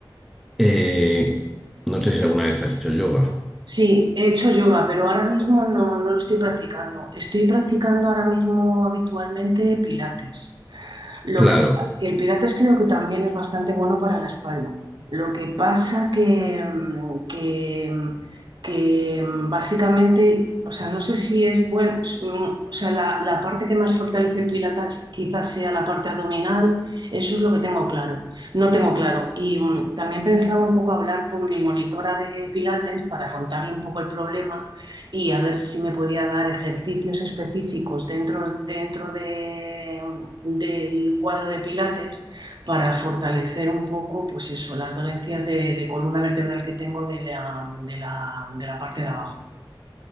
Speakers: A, in the centre; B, on the right.
A: Eh, no sé si alguna vez has hecho yoga.
B: Sí, he hecho yoga, pero ahora mismo no, no lo estoy practicando. Estoy practicando ahora mismo habitualmente pilates. Lo
A: Claro,
B: que, que el Pilates creo que también es bastante bueno para la espalda. Lo que pasa que, mm, que, mm, que, mm, básicamente, o sea, no sé si es bueno, o sea, la, la parte que más fortalece el Pilates quizás sea la parte abdominal, eso es lo que tengo claro. No tengo claro. Y mm, también pensaba un poco hablar con mi monitora de Pilates para contarle un poco el problema y a ver si me podía dar ejercicios específicos dentro, dentro de, del cuadro de Pilates para fortalecer un poco, pues eso, las dolencias de, de columna vertebral que tengo de la, de la, de la parte de abajo.